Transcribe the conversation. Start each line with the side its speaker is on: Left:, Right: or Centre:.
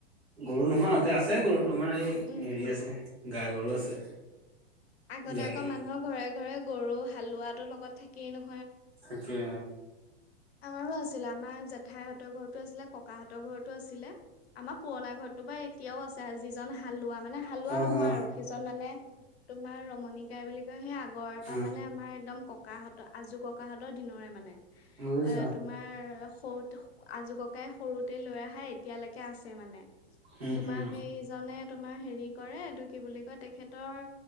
Right: গৰু নহয়, এতিয়া আছে গৰু তোমাৰ এই
Left: উম
Right: হেৰি
Left: উম।
Right: আছে, গাই গৰু আছে।
Left: আগতে
Right: গাখীৰ
Left: আকৌ মানুহৰ ঘৰে ঘৰে গৰু হালোৱাটো লগত থাকেই ন।
Right: থাকে।
Left: আমাৰো আছিলে। আমাৰ জেঠাইহঁতৰ ঘৰতো আছিলে। ককাহঁতৰ ঘৰতো আছিলে। আমাৰ পুৰণা ঘৰত তোমাৰ এতিয়াও আছে। যিজন হালোৱা মানে, হালোৱা
Right: অ
Left: নহয়
Right: অ
Left: আৰু সেইজন মানে তোমাৰ ৰমনীকাই বুলি কয় সেই আগৰ পৰা
Right: অ
Left: মানে, আমাৰ একদম ক ককাহঁতৰ আজো ককাহঁতৰ দিনৰে মানে।
Right: বুজিছা
Left: এ তোমাৰ সৰুতে আজু ককাই সৰুতে লৈ অহায়, এতিয়ালৈকে আছে মানে।
Right: উম
Left: তোমাক
Right: উম
Left: সেইজনে তোমাৰ হেৰি কৰে, এইটো কি বুলি কয় তেখেতৰ